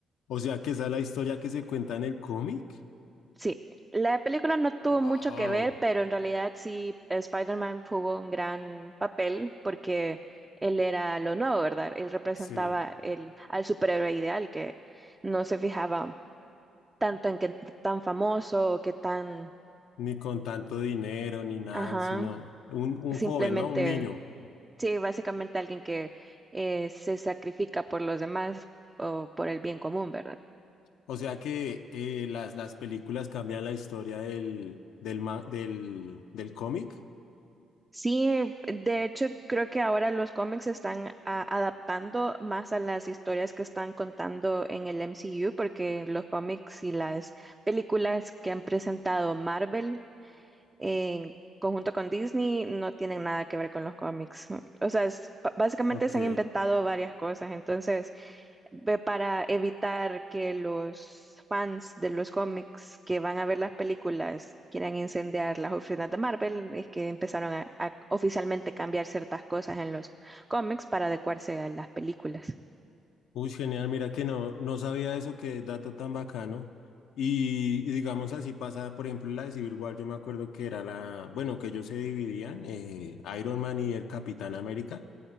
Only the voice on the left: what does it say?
o sea que esa es la historia que se cuenta en el cómic.
Wow,
sí.
Ni con tanto dinero, ni nada,
sino un, un
joven, ¿no? Un niño.
O sea que eh, las, las películas cambian la historia del, del, ma- del, del cómic.
Ok.
Uy, genial, mira que no, no sabía eso, qué dato tan bacano. Y, y digamos así pasa, por ejemplo, la de Civil War, yo me acuerdo que era la, bueno, que ellos se dividían, eh, Iron Man y el Capitán América.